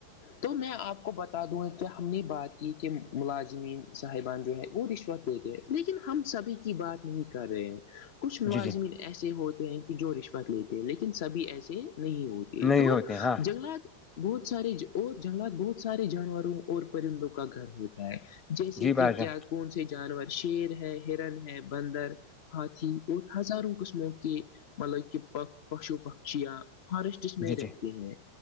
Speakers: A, on the left; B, on the left.
A: تو میں آپ کو بتا دوں گا کیا ہم نے بات کی کہ ملازمین صاحبان جو ہے وہ رشوت دیکھ لیکن ہم سبھی کی بات نہیں کر رہے ہیں کچھ ملازمین
B: جی جی
A: ایسے ہوتے ہیں کہ جو رشوت لیتے ہیں لیکن سبھی ایسے نہیں ہوتے یہ
B: نہیں
A: تو
B: ہوتے ہیں۔ ہاں
A: جنگلات بہت سارے اور جنگلات بہت سارے جانوروں اور پرندوں کا گھر ہوتا ہے جیسے
B: جی بھائی
A: کہ
B: جان
A: کیا کون سے جانور شیر ہے ہرن ہے بندر ہاتھی اور ہزاروں قسموں کے مطلب کہ پ پشو پکشیاں فارسٹس میں
B: جی
A: رہتے
B: جی
A: ہیں